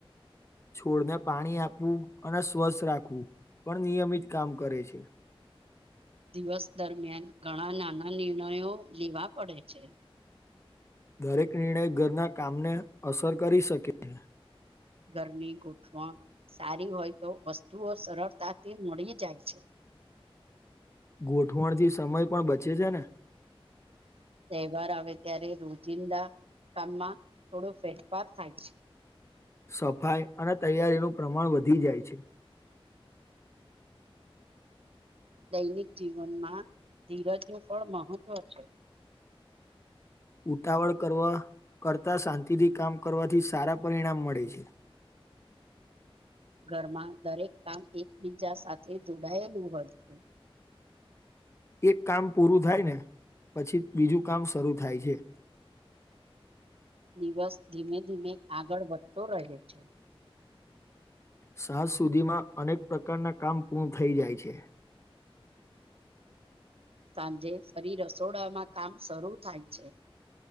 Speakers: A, on the left; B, on the right.
A: છોડને પાણી આપવું અને સ્વસ્ રાખવું. પણ નિયમિત કામ કરે છે.
B: દિવસ દરમિયાન ઘણા નાના નિર્ણયો લેવા પડે છે.
A: દરેક નિર્ણય ઘરના કામને અસર કરી શકે હે.
B: ગરમી <unintelligible> સારી હોય તો વસ્તુઓ સરળતાથી મળી જાય છે
A: ગોઠવણ થી સમય પણ બચે છે ને.
B: તેહવાર આવે ત્યારે રોજિંદા કામમાં થોડો ફેરફાર થાય છે.
A: સફાઈ અને તૈયારીનું પ્રમાણ વધી જાય છે.
B: દૈનિક જીવનમાં ધીરજનું ફળ મહત્વ છે.
A: ઉતાવળ કરવા કરતા શાંતિથી કામ કરવાથી સારા પરિણામ મળે છે.
B: <inaudible> ઘરમાં દરેક કામ એકબીજા સાથે જોડાયેલું હોય છે.
A: એક કામ પૂરું થાય ને પછી બીજું કામ શરૂ થાય છે.
B: દિવસ ધીમે ધીમે આગળ વધતો રહે છે.
A: સાંજ સુધીમાં અનેક પ્રકારના કામ પૂર્ણ થઈ જાય છે.
B: સાંજે ફરી રસોડામાં કામ શરૂ થાય છે.